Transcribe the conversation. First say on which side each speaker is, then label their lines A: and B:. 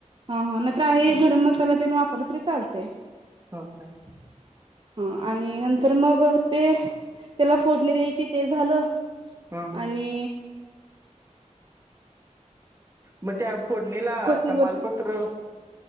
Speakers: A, on the right; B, on the right.
A: हं हं, नाहीतर हे गरम मसाला तेन वापरले तरी चालते.
B: हो पाहिजे
A: हं आणि नंतर मग ते त्याला फोडणी द्यायची ते झालं
B: हा
A: आणि
B: मग त्या फोडणीला
A: कोथिंबर
B: तमालपत्र